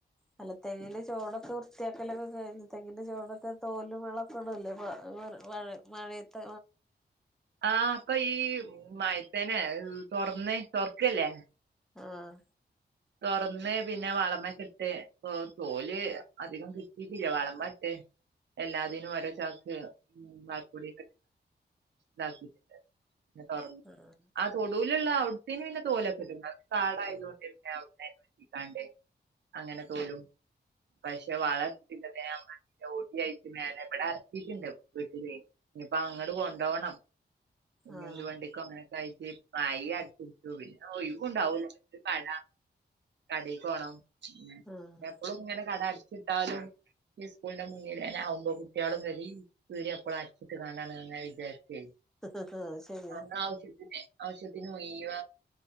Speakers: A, in the centre; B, on the right.
A: <inaudible> അല്ല തെങ്ങിന്റെ ചോടൊക്കെ വൃത്തിയാക്കലൊക്കെ കഴ തെങ്ങിന്റെ ചോടൊക്കെ തോലും വളൊക്കെ ഇടല്ലേ <unintelligible> മഴയത്
B: ആഹ് അപ്പൊ ഈ മഴത്തേനെ തുറന്ന് തുറക്കല്ലേ
A: ആഹ്
B: തുറന്ന് പിന്നെ വളമ്പക്കെട്ട് തോല് അധികം കിട്ടിട്ടില്ല വളമ്പ ഇട്ട് എല്ലാത്തിനും ഒര ചാക്ക് ഉ വർക്കൂടിട്ട ഇതാക്കിയിട്ടുണ്ട് <unintelligible>
A: ആഹ്
B: ആ തൊടുവിലുള്ള ഔട്ടത്തന് പിന്ന തോലൊക്കെ ഇണ്ട് കാടായത് കൊണ്ടി <unintelligible> അങ്ങനെ തോലും പക്ഷെ വളർത്തിട്ടി ഊട്ടിയിട്ട മേലെ ഇവിടെ ഇറക്കിയിട്ടുണ്ട് വീട്ടില് ഇനിയിപ്പോ അങ്ങട് കൊണ്ടുപോണം ഇനി
A: ആഹ്
B: എന്ത് വണ്ടിക്കും അങ്ങനൊക്കെഴച്ച് മയും അടത്തിരിക്കു പിന്നെ ഒഴിവുണ്ടാവൂല കട കടക്കോണം പി
A: ആഹ്
B: എപ്പഴും ഇങ്ങനെ കട അടിച്ചിട്ടാലും ഈ സ്കൂളിന്റെ മുന്നിൽ ആകുമ്പോ കുട്ടികളും കറി പീടിക അപ്പള അച്ചിട്ട്ണ്ടാണ് വിജാരി
A: അത് ശരിയാ
B: <unintelligible> ആവശ്യത്തിന് ഒയവ